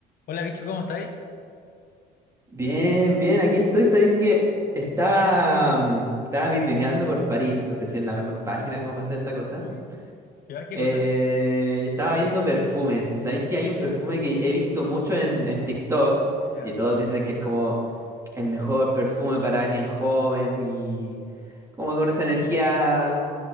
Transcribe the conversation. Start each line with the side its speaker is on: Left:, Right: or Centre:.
Left: Hola, bicho, ¿cómo estáis?
Right: Bien, bien, aquí estoy. Sabéis que estaba, mm, estaba vitrineando por París, no sé si es la mejor página como para hacer esta cosa.
Left: Mm, ¿Ya? ¿Qué
Right: eh,
Left: cosa?
Right: y estaba viendo perfumes. Y sabéis que hay un perfume que he visto mucho en, en TikTok.
Left: ¿Ya?
Right: Y todos dicen que es como el mejor perfume para alguien joven y como con esa energía